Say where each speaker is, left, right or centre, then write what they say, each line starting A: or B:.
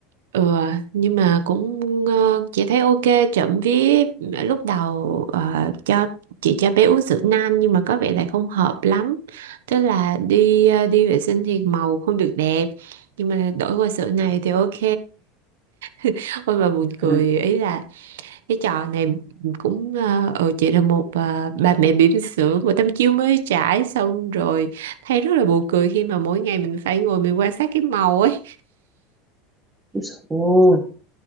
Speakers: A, on the right; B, on the right.
A: Ừ, nhưng mà cũng ờ, chị thấy ok trộm vía ờ, lúc đầu ờ, cho chị cho bé uống sữa nan nhưng mà có vẻ là không hợp lắm tức là đi ờ, đi vệ sinh thì màu không được đẹp nhưng mà đổi qua sữa này thì ok <laughs> ôi mà buồn cười
B: à,
A: ý là cái trò này cũng ờ ừ, chị là một ờ, bà mẹ bỉm sữa của Tâm Chiêu mới trải xong rồi thấy rất là buồn cười khi mà mỗi ngày mình phải ngồi mình quan sát cái màu ấy
B: ôi dồi ôi,